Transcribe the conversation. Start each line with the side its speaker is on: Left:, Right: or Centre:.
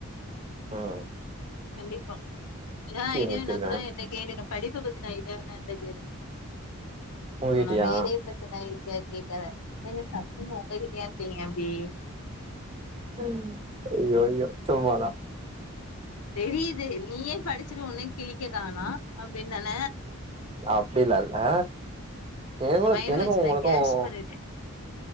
Right: ஆஹ.
Left: கண்டிப்பா எதா ஐடியா
Right: முடிச்சிருக்கே
Left: வேனா கூட என்ட்ட கேளுங்க படிப். படிப்பு பத்தின்ன ஐடியா வேண்ணா என்ட்ட கேளுங்க.
Right: உங்க கிட்டயா
Left: ஆனா வேற பிரச்சன ஐடியாஸ். கேக்காத. <unintelligible> என்ன உங்ககிட்டயானு கேக்குறிங்க அப்படி.
Right: ஆஹ ஐயையோ சும்மாதா.
Left: தெரியுது நீயே படிச்சுட்டு ஒண்ணு கிழிக்க கானோ அப்படின்னுதான.
Right: அப்டில்லா இல்ல. எங்களுக்கு
Left: மைண்ட்
Right: எனக்கும்
Left: வாய்ஸ
Right: உங்களுக்கும்.
Left: நா கேட்ச் பண்ணிட்டே